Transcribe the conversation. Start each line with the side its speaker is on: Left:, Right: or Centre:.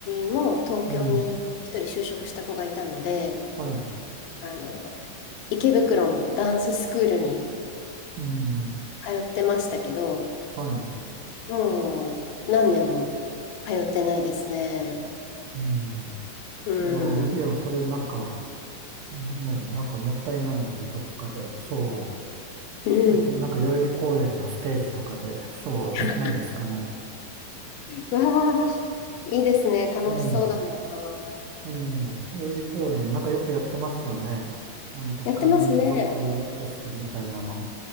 Left: も東京に一人就職した子がいたので、
Right: うん、はい、
Left: あの、池袋のダンススクールに
Right: うん、
Left: 通ってましたけど、
Right: はい、
Left: もう何年も通ってないですね。
Right: うん。
Left: う
Right: ああ、
Left: ん。
Right: いや、それなんか、うんね、なんかもったいないので、どこかでショーを
Left: うん。
Right: やって、なんか代々木公園のステージとかでショーをできないですかね。
Left: <laughs> わあ、いいですね。楽しそうだな。
Right: ええ、ええ、代々木公園、なんかよくやってますよね。なんとか民族フェスタみたいなの。
Left: やってますね。